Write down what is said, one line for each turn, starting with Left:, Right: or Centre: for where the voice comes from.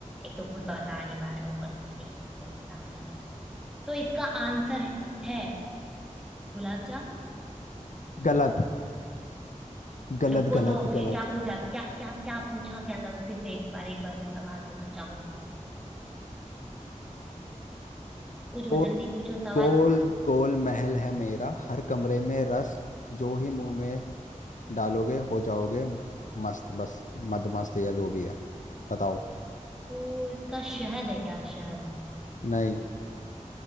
Centre: एक तो खुद बता नहीं पा रहा है, ऊपर से नहीं मेरे को इल्जाम लगा तो इसका आंसर है गुलाब जामुन
Left: गलत गलत
Centre: रुको
Left: गलत
Centre: तो फिर
Left: गलत
Centre: क्या पूछा क्या क्या क्या पूछा क्या था फिर से? एक बार एक बार मैं सवाल सुनना चाहूंगी पूछो
Left: गो
Centre: जल्दी पूछो सवाल
Left: गोल गोल महल है मेरा हर कमरे में रस जो ही मुंह में डालोगे हो जाओगे मस्त बस मद मस्त या जो भी है बताओ
Centre: तो इसका शहद है क्या शहद
Left: नहीं